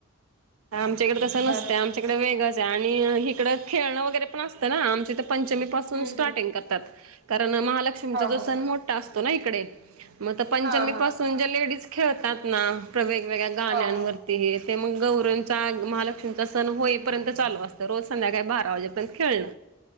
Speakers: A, on the right; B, on the right.
A: आमच्याकडे तसं
B: हां.
A: नसतं आमच्याकडे वेगळच आहे आणि हिकडं खेळणं वगैरे पण असतं ना आमचे तर पंचमी पासून
B: हं,
A: स्टार्टिंग
B: हं.
A: करतात कारण महालक्ष्मीचा
B: हां,
A: जो
B: हां.
A: सण मोठा असतो ना इकडे मग तर पंचमी
B: हां, हां.
A: पासून जे लेडीज खेळतात ना ते वेगवेगळ्या गाण्यांवरती
B: हां, हां.
A: ते मग गौरी महालक्ष्मीचा सण होईपर्यंत चालू असतं रोज संध्याकाळी बारा वाजेपर्यंत खेळण